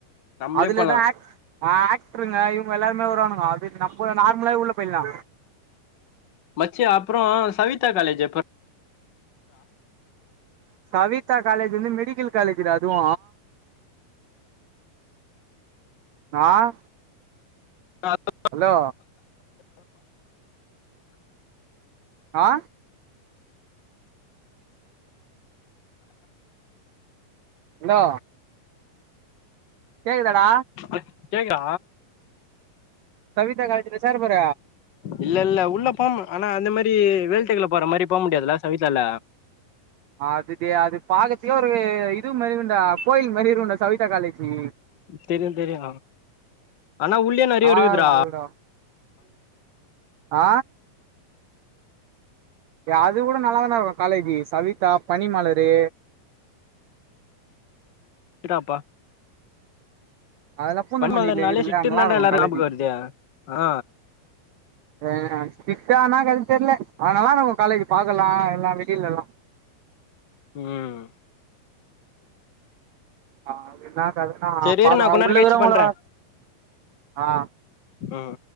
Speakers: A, on the left; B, on the right.
A: நம்ளே
B: அதுலதோ
A: போலா
B: ஆட் அ ஆக்ட்ருங்க இவுங்க எல்லாருமே வர்வானுங்க அது நம்புல நார்மலாவே உள்ள போயில்லா
A: மச்சி அப்றோ சவிதா காலேஜ் எப்பர்
B: கவிதா காலேஜ் வந்து மெடிக்கில் காலேஜ்றா அதுவு ஆ
A: <inaudible>
B: அலோ ஆ ல்லோ கேக்குதடா
A: அக் கேக்தா
B: சவிதா காலஜில்ல சேர போற
A: இல்ல இல்ல உள்ள போம் அனா அந்த மரி வேல் டெக்குல போற மரி போம் முடியாதுல்ல சவிதால
B: அது டே அது பக்கத்துக்கே ஒரு இது மேரு இக்குன்டா கோயில் மரி இருக்குன்டா சவிதா காலேஜி
A: தெரியு தெரியு ஆனா உள்ளயு நறைய
B: நல்லாதா
A: இருக்குதுடா
B: இருக்கு அது கூட ஆ ஏ அது கூட நல்லாதான்டா இருக்கு காலேஜி சவிதா பனிமலரு
A: இதாப்பா
B: அதெல்லா பூந்தமல்லில
A: பன்மலர் நாலே
B: இருக்குதுல்ல
A: ஷிட்டுன்தான்டா
B: நல்லா இருக்கு
A: எல்லாரு
B: காலேஜி
A: ஞாபக வருது அ
B: ஆ ஸ்ரிட்டானா எனக்கு அது தெரியல அதனாலா நம்ம காலேஜ் பாக்கலா எல்லா வெளில எல்லா
A: ம்
B: ஆ என்னதுனா
A: செரி
B: பாத்த
A: இரு நா கொஞ் நேரோ
B: உள்ளக்கறங்ள
A: கழிச்சு பண்றே
B: ஆ
A: ம்